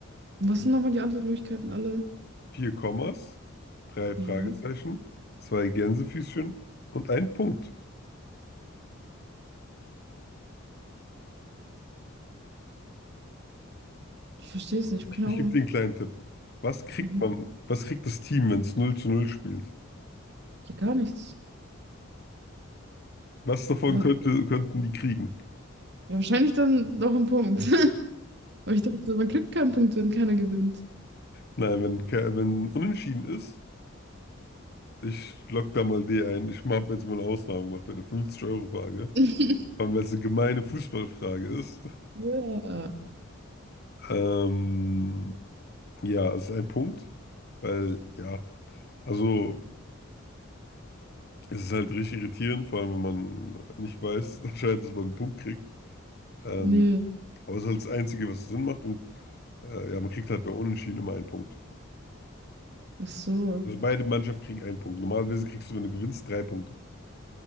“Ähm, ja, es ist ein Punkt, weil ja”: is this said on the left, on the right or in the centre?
Left